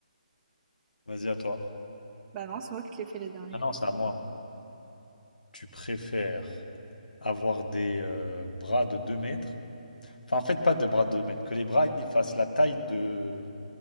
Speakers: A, on the left (about 80°); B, on the right (about 15°).
A: Vas-y, à toi.
B: Bah non, c'est moi qui te l'ai fait les derniers.
A: Ah non, c'est à moi. Tu préfères avoir des euh, bras de 2 mètres. Enfin, en fait, pas de bras de deux mètres. Que les bras, ils fassent la taille de